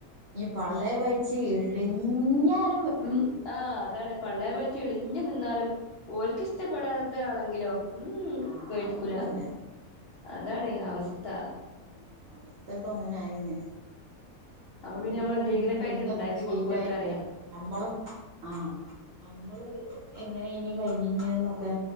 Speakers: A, on the right; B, on the left.
A: ഈ പള്ളെ പഴച്ച് ളിഞ്ഞാൽ
B: ഉ ആഹ് അതാണ് പള്ളെ പോയി ഇളിഞ്ഞു നിന്നാലും ഓക്ക് ഇഷ്ടപ്പെടാതൊണെങ്കിലോ
A: ആഹ്
B: ഉം
A: ആഹ്
B: കഴിക്കൂല
A: അതൊന്നുല്ല
B: അതാണ് അവസ് ത്ത
A: ഉം അവസ്ഥ ഇപ്പോ അങ്ങനെ ആയിന്
B: അപ്പൊ പിന്നെ
A: ഓലി
B: നമ്മൾ
A: അത്
B: എന്തെങ്കിലൊക്കെ
A: ഇതും തിന്നൊക്കെ
B: ആയിട്ട് ഇണ്ടാക്കി
A: ശീലായിട്ടേ
B: കൊടുക്കും ഓൽക്കറിയാ
A: ഞമ്മളും ആ ഞമ്മള് എങ്ങനെ ഇനി കഴഞ്ഞിഞ്ഞിന്നൊക്കെ.